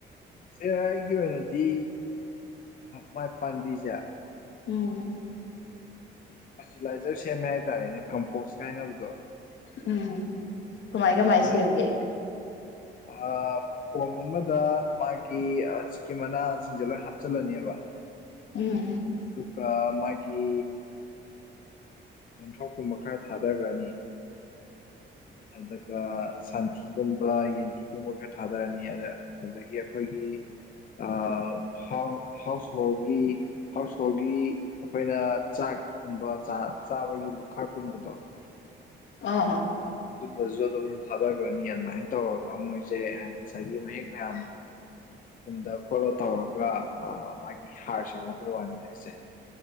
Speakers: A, on the left; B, on the left.
A: ꯁꯦ ꯑꯩꯒꯤ ꯑꯣꯏꯅꯗꯤ ꯃꯥꯏ ꯄꯥꯝꯕꯤꯁꯦ
B: ꯎꯝ
A: ꯐꯔꯇꯤꯂꯥꯏꯖꯔ ꯁꯦꯝꯃꯦ ꯍꯥꯏꯇꯥꯔꯦꯅꯦ ꯀꯝꯄꯣꯁ ꯀꯥꯏꯅꯕꯗꯣ
B: ꯎꯝ ꯀꯃꯥꯏ
A: ꯑꯗꯨꯃꯥꯏꯅ
B: ꯀꯃꯥꯏ ꯁꯦꯝꯒꯦ
A: ꯑ ꯀꯣꯝ ꯑꯃꯗ ꯃꯥꯒꯤ ꯆꯤꯛꯀꯤ ꯃꯅꯥꯁꯤꯡꯁꯦ ꯂꯣꯏ ꯍꯥꯞꯆꯤꯜꯂꯅꯦꯕ
B: ꯎꯝ
A: ꯑꯗꯨꯒ ꯃꯥꯒꯤ ꯆꯦꯟꯊꯣꯛꯀꯨꯝꯕ ꯈꯔ ꯊꯥꯗꯈ꯭ꯔꯅꯤ ꯑꯗꯨꯒ ꯁꯟꯊꯤꯒꯨꯝꯕ ꯌꯦꯟꯊꯤꯒꯨꯝꯕ ꯈꯔ ꯊꯥꯗꯔꯅꯤ ꯑꯗ ꯑꯗꯒꯤ ꯑꯩꯈꯣꯏꯒꯤꯥꯎ ꯍꯥꯎꯁ ꯍꯣꯜꯒꯤ ꯍꯥꯎꯁ ꯍꯣꯜꯒꯤ ꯑꯩꯈꯣꯏꯅ ꯆꯥꯛꯀꯨꯝꯕ ꯆꯥꯕꯒꯤ ꯂꯨꯈꯥꯛꯀꯨꯝꯕꯗꯣ
B: ꯑ
A: ꯑꯗꯨꯝꯕꯗꯨꯁꯨ ꯑꯗꯨꯝ ꯊꯥꯗꯈ꯭ꯔꯅꯤ ꯑꯗꯨꯃꯥꯏꯅ ꯇꯧꯔꯒ ꯃꯣꯏꯁꯦ ꯍꯥꯏ ꯁꯒꯤ ꯍ ꯄꯨꯨꯟꯗ ꯈꯣꯠꯂ ꯇꯧꯔꯒ ꯃꯥꯒꯤ ꯍꯥꯔꯁꯤ ꯑꯃ ꯑꯩꯈꯣꯏ ꯋꯥꯟꯗꯔꯤꯁꯦ